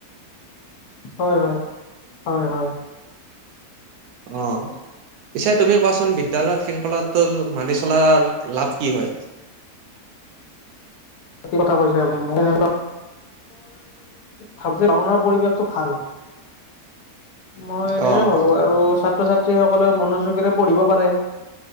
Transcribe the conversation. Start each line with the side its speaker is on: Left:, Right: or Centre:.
Left: হয় হয়, হয় হয়।
Right: অ'। পিছে তুমি কোৱাচোন বিদ্যালয়ত শৃংখলাটো মানি চলাৰ লাভ কি হয়?
Left: <unintelligible> ভাব বৰ পৰিৱেশটো ভাল, হয়। মই এনেকে
Right: অ',
Left: ভাব, আৰু ছাত্ৰ ছাত্ৰীসকলে মনোযোগেৰে পঢ়িব পাৰে,